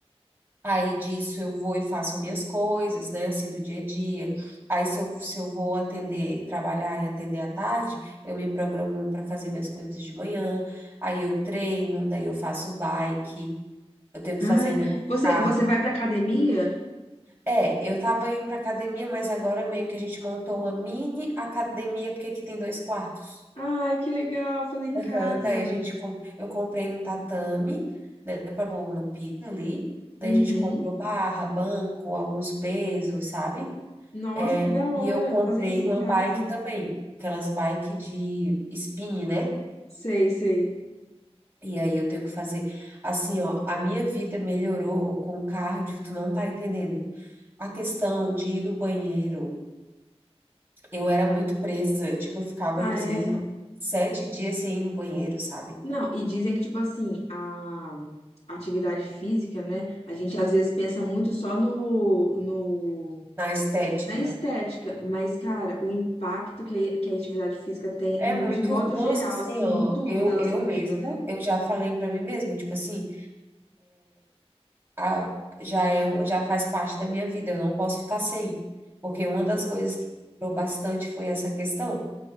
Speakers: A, on the right; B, on the left.
A: Aí disso eu vou e faço as minhas coisas, né, assim do dia a dia. Aí se eu, se eu vou atender, trabalhar e atender à tarde, eu me programo para fazer minhas coisas de manhã. Aí eu treino, daí eu faço bike, eu tenho que
B: Ai,
A: fazer meu
B: você,
A: cardio.
B: você vai pra academia?
A: É, eu tava indo para academia, mas agora meio que a gente montou uma mini academia, porque aqui tem dois quartos.
B: Ai, que legal fazer em
A: Aham,
B: casa.
A: daí a gente, com- eu comprei um tatame, né, para pôr no piso ali. Daí
B: Uhum.
A: a gente comprou barra, banco, alguns pesos, sabe?
B: Nossa,
A: É,
B: que da hora
A: e eu comprei
B: fazer isso em
A: uma
B: casa.
A: bike também, aquelas bike de spin, né?
B: Sei, sei.
A: E aí eu tenho que fazer. Assim, ó, a minha vida melhorou com cardio, tu não tá entendendo. A questão de ir no banheiro, eu era muito presa, tipo, eu ficava,
B: Ah,
A: às
B: é.
A: vezes, sete dias sem ir no banheiro, sabe?
B: Não, e dizem que, tipo assim, a a atividade física, né? A gente às vezes pensa muito só no, no,
A: Na estética.
B: na estética, mas, cara, o impacto que a, que a atividade física tem,
A: É
B: em-
A: muito,
B: de modo
A: nossa,
B: geral,
A: assim,
B: assim,
A: ó,
B: em tudo
A: eu,
B: na nossa
A: eu
B: vida,
A: mesmo,
B: né?
A: eu já falei pra mim mesma, tipo assim, a- já é, um- já faz parte da minha vida, eu não posso ficar sem, porque uma das
B: Sim.
A: coisas que durou bastante foi essa questão,